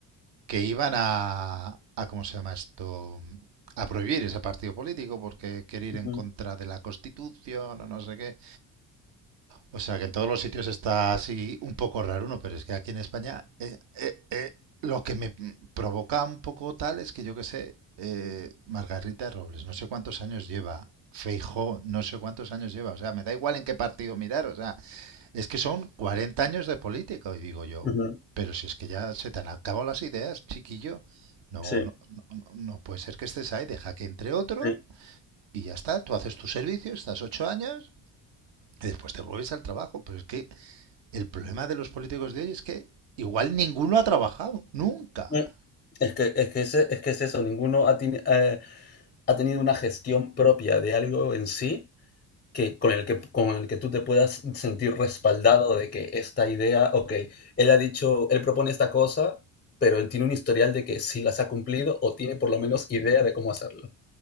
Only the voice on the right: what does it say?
que iban a, a, ¿cómo se llama esto? A prohibir ese partido político porque quiere ir
en
contra de la Constitución o no sé qué. O sea que en todos los sitios está así un poco raro uno, pero es que aquí en España eh, eh, eh, lo que me provoca un poco tal es que yo que sé, eh, Margarita Robles, no sé cuántos años lleva. Feijóo no sé cuántos años lleva, o sea, me da igual en qué partido mirar, o sea, es que son 40 años de política Y digo yo,
pero si es que ya se te han acabado las ideas, chiquillo, no,
no, no, no puede ser que estés ahí, deja que entre otro
y ya está, tú haces tu servicio, estás ocho años y después te vuelves al trabajo. Pero es que el problema de los políticos de hoy es que igual ninguno ha trabajado, nunca.